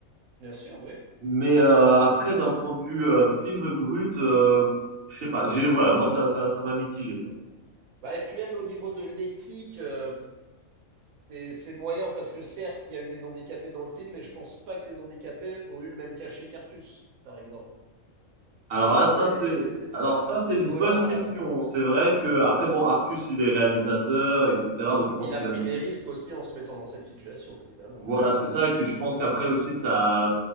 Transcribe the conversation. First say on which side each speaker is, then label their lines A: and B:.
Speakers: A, on the right (about 85°); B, on the right (about 60°).
A: bien sûr, oui.
B: Mais euh, après, d'un point de vue euh, film brut, euh, je sais pas. J'ai voilà, moi ça ça ça m'a mitigé.
A: Bah, et puis même au niveau de l'éthique, euh, C'est c'est moyen parce que certes, il y a eu des handicapés dans le film, mais je pense pas que les handicapés ont eu le même cachet qu'Artus, par exemple.
B: Alors
A: Je peux,
B: là, ça
A: et
B: c'est, alors
A: à
B: ça
A: ce
B: c'est une
A: niveau-là,
B: bonne question. C'est vrai que après bon, Artus il est réalisateur, etc.
A: euh,
B: Donc je pense
A: il
B: qu'il
A: a pris
B: a de...
A: des risques aussi en se mettant dans cette situation, évidemment.
B: voilà, c'est ça. Et puis je pense qu'après aussi ça,